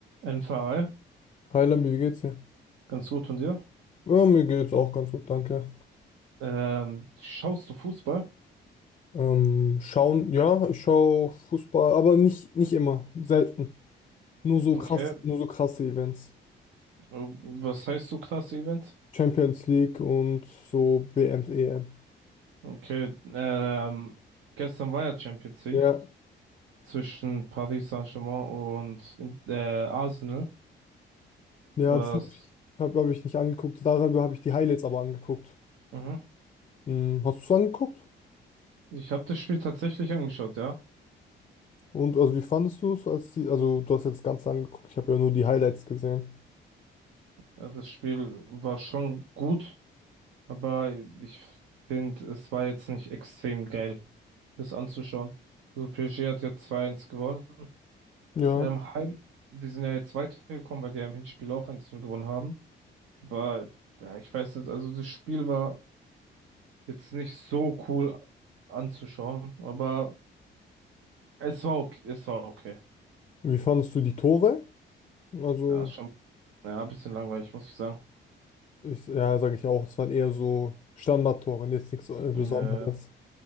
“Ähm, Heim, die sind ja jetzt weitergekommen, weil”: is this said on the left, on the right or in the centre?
Right